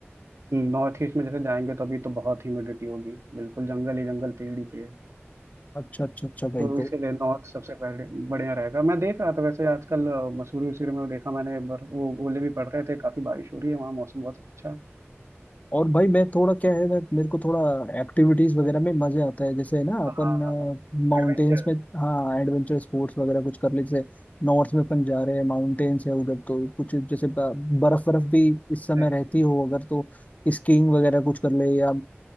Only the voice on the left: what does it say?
अच्छा अच्छा अच्छा भाई
तो
और भाई मैं थोड़ा क्या है मैं मेरे को थोड़ा एक्टिविटीज वगैरह में मजे आता है जैसे ना अपन
माउंटेन्स
में हाँ एडवेंचर स्पोर्ट्स वगैरह कुछ कर ले जैसे नॉर्थ में अपन जा रहे हैं माउंटेन्स है उधर तो कुछ जैसे ब- बर्फ बर्फ भी इस समय
रहती हो अगर तो स्कीइंग वगैरह कुछ कर ले या